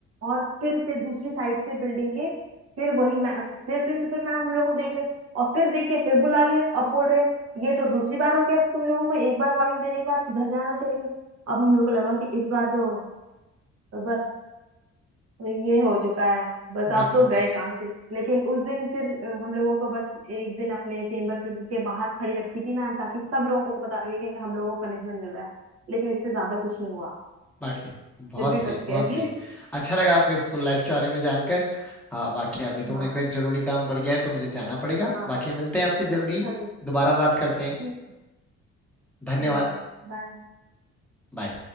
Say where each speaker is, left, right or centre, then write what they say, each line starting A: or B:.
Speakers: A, on the right (about 55°); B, in the centre.
A: और फिर से दूसरी साइड से बिल्डिंग के फिर वही मैम फिर प्रिंसिपल मैम हम लोग को देख ले और फिर देख के फिर बुला लिए अब बोल रहे हैं ये तो दूसरी बार हो गया तुम लोगों को एक बार वार्निंग देने के बाद सुधर जाना चाहिए अब हम लोग को लगा कि इस बार तो बस तो ये हो चुका है बस अब
B: बिल्कुल
A: तो
B: बिल्कुल।
A: गए काम से लेकिन उस दिन फिर अ, हम लोगों को बस एक दिन अपने चेम्बर पे के बाहर खड़ी रखी थी मैम ताकि सब लोगों को पता लगे कि हम लोगों को पनिशमेंट मिल रहा है लेकिन इससे ज्यादा कुछ नहीं हुआ
B: बाकी बहुत
A: फिर भी
B: सही
A: बच
B: बहुत
A: गए
B: सही
A: थे
B: अच्छा लगा आपके स्कूल लाइफ के बारे में जानकर हाँ बाकी अभी तो
A: हाँ
B: मेरे को एक जरूरी काम पड़ गया है तो मुझे जाना पड़ेगा
A: हाँ
B: बाकी मिलते हैं आपसे जल्दी
A: चलो
B: दोबारा बात करते हैं
A: ठीक
B: धन्यवाद
A: हम्म, बाय
B: बाय